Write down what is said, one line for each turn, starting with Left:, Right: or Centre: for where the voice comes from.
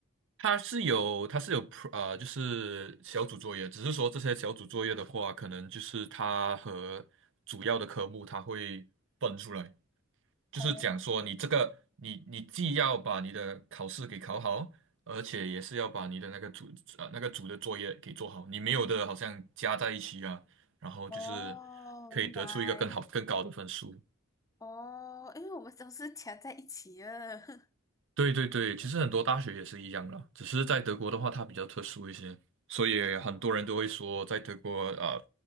Right: 它是有它是有 pro- 呃就是小组作业，只是说这些小组作业的话，可能就是它和主要的科目它会分出来。就是讲说你这个你你既要把你的考试给考好，
Left: 哦
Right: 而且也是要把你的那个组呃那个组的作业给做好，你没有的好像加在一起啊，然后就是
Left: 哦，
Right: 可以得出一个更好更高的分数。
Left: 明白。哦，因为我们都是夹在一起了，<laughs>
Right: 对对对，其实很多大学也是一样啦，只是在德国的话，它比较特殊一些，所以很多人都会说，在德国呃，